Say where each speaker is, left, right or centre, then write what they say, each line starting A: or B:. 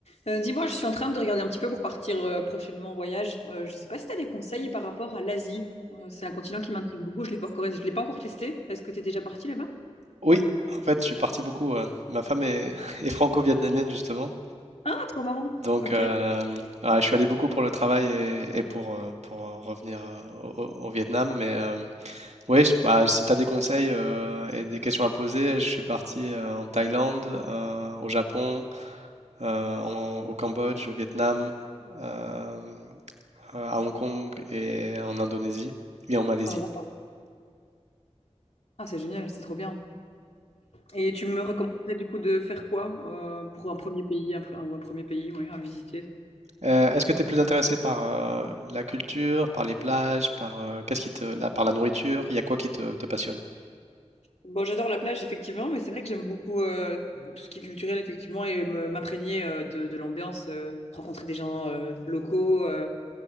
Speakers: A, on the left; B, on the right.
A: Euh, dis-moi, je suis en train de regarder un petit peu pour partir euh, prochainement en voyage. Euh, je sais pas si tu as des conseils par rapport à l'Asie. Euh, c'est un continent qui m'intrigue beaucoup. Je l'ai pas encore, je l'ai pas encore testé. Est-ce que tu es déjà parti là-bas?
B: Oui, en fait, je suis parti beaucoup. euh, ma femme est, <laughs> est franco-vietnamienne, justement.
A: Ah, trop marrant.
B: Donc,
A: Ok.
B: euh, ah, je suis allé beaucoup pour le travail et, et pour, euh, pour revenir euh, au, au- au Vietnam. Mais oui, bah, si tu as des conseils euh, et des questions à poser, je suis parti euh, en Thaïlande, euh, au Japon, euh, en- au Cambodge, au Vietnam, euh, à Hong Kong et en Indonésie et en Malaisie.
A: Ah, ouais. Ah, c'est génial, c'est trop bien. Et tu me recommanderais du coup de faire quoi euh, pour un premier pays, un, un- ou un premier pays, oui, à visiter?
B: Euh, est-ce que tu es plus intéressé par euh, la culture, par les plages, par euh, qu'est-ce qui te, la- par la nourriture? Il y a quoi qui te, te passionne?
A: Bon, j'adore la plage effectivement, mais c'est vrai que j'aime beaucoup euh, tout ce qui est culturel effectivement et me- m'imprégner euh, de, de l'ambiance, euh, rencontrer des gens euh, locaux. euh,